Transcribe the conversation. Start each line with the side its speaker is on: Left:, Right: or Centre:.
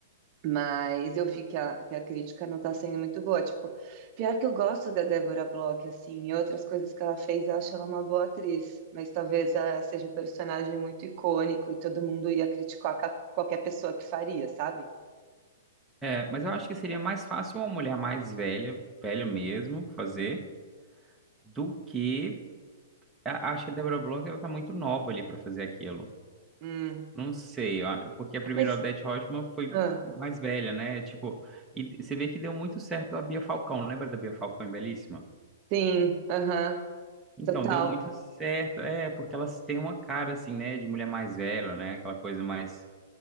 Right: Mas eu vi que a, que a crítica não tá sendo muito boa. Tipo, pior que eu gosto da Débora Bloch, assim, e outras coisas que ela fez, eu acho ela uma boa atriz. Mas talvez ela seja um personagem muito icônico e todo mundo ia criticar ca- qualquer pessoa que faria, sabe?
Centre: É, mas eu acho que seria mais fácil uma mulher mais velha, velha mesmo, fazer do que a- acho que a Deborah Bloch ela tá muito nova ali pra fazer aquilo.
Right: Hum.
Centre: Não sei, ó, porque a primeira
Right: Mas,
Centre: Odete Roitman foi
Right: ah,
Centre: mais velha, né? Tipo, e você vê que deu muito certo a Bia Falcão. Lembra da Bia Falcão em Belíssima?
Right: sim, aham,
Centre: Então,
Right: total.
Centre: deu muito certo. É, porque elas têm uma cara assim, né, de mulher mais velha, né? Aquela coisa mais